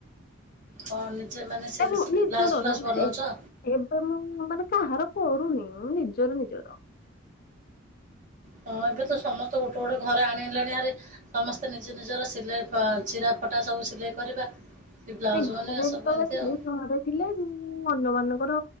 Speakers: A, on the right; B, on the left.
A: ହଁ ନିଜେ ମାନେ ସେଇଟା
B: ନା ମୁଁ
A: ସବୁ
B: ନିଜର
A: ବ୍ଲାଉଜ୍ ଫ୍ଲାଉଜ୍
B: ନା ନା
A: ବନଉଚ?
B: ଏ ଏବେ ମୁଁ ମାନେ କାହାର କରୁୁନି ମୁଁ ନିଜର ନିଜର।
A: ହଁ ଏବେତ ସମସ୍ତେ ଗୋଟେ ଗୋଟେ ଘରେ ଆଣିଲେଣି ହାରି ସମସ୍ତେ ନିଜ ନିଜର ସିଲେଇ ଅଁ ଚିରା ଫଟା ସବୁ ସିଲେଇ କରିବା କି ବ୍ଲାଉଜ୍
B: ନାଇ
A: ବନେଇବା
B: ଘରେ
A: ସବୁ
B: ଯେତେବେଳେ
A: ଏମିତି
B: ଥିଲେ
A: ଆଉ
B: ସହରେ ଥିଲେ ମୁଁ ଅନ୍ୟ ମାନଙ୍କର